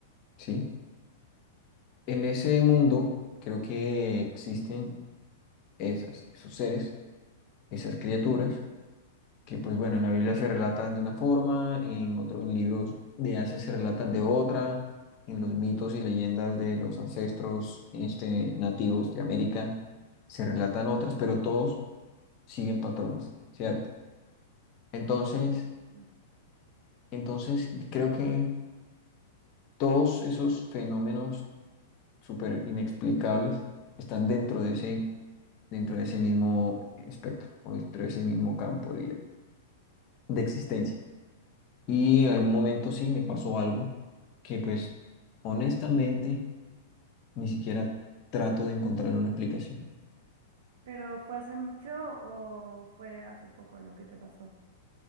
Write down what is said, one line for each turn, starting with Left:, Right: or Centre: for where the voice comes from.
Left: ¿sí? En ese mundo creo que existen esas, esos seres, esas criaturas que pues bueno, en la Biblia se relatan de una forma, en otros libros de hace se relatan de otra, en los mitos y leyendas de los ancestros este, nativos de América se relatan otras, pero todos siguen patrones, ¿cierto? Entonces,
Right: sí, sí, sí.
Left: entonces creo que todos esos fenómenos súper inexplicables están dentro de ese, dentro de ese mismo espectro o dentro de ese mismo campo de, de existencia. Y en algún momento sí me pasó algo que pues honestamente ni siquiera trato de encontrar una explicación.
Right: ¿Pero fue hace mucho o fue hace poco lo que te pasó?